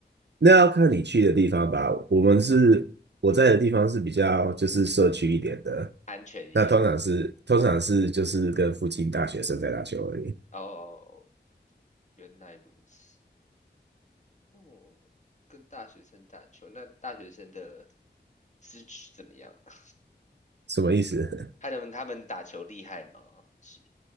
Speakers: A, on the right (about 75°); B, on the left (about 40°).
A: 那要看你去的地方吧。我们是我在的地方是比较就是社区一点的，
B: 安全一些的。
A: 那通常是通常是就是跟附近大学生在打球而已。
B: 哦哦哦，原来如此。哦，跟大学生打球，那大学生的资质怎么样？<laughs>
A: 什么意思？<laughs>
B: 他们他们打球厉害吗？是